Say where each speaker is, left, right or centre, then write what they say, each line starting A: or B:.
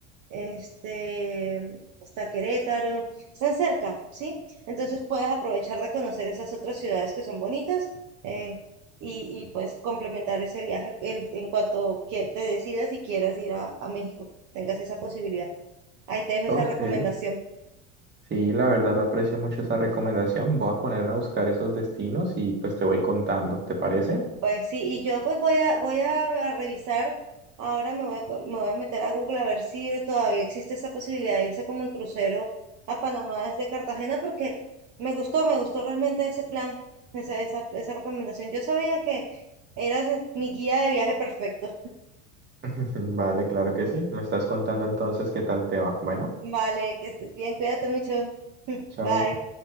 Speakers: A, on the right (about 50°); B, on the right (about 30°).
A: este, está Querétaro, están cerca, ¿sí? Entonces puedes aprovechar de conocer esas otras ciudades que son bonitas eh, y, y pues complementar ese viaje el- en cuanto que te decidas y quieras ir a, a México, tengas esa posibilidad. Ahí te dejo
B: ok,
A: esa recomendación.
B: sí, la verdad aprecio mucho esa recomendación, voy a ponerme a buscar esos destinos y pues te voy contando, ¿te parece?
A: Pues sí, y yo pues voy a, voy a, a revisar, ahora me voy a, co- me voy a meter a Google a ver si todavía existe esa posibilidad de irse como en crucero a Panamá desde Cartagena, porque me gustó, me gustó realmente ese plan, esa, esa, esa recomendación. Yo sabía que eras mi guía de viaje perfecto.
B: <laughs> Vale, claro que sí, me estás contando entonces qué tal te va. Bueno,
A: <laughs> Vale, que estés bien, cuídate mucho. <laughs>
B: chao.
A: Bye.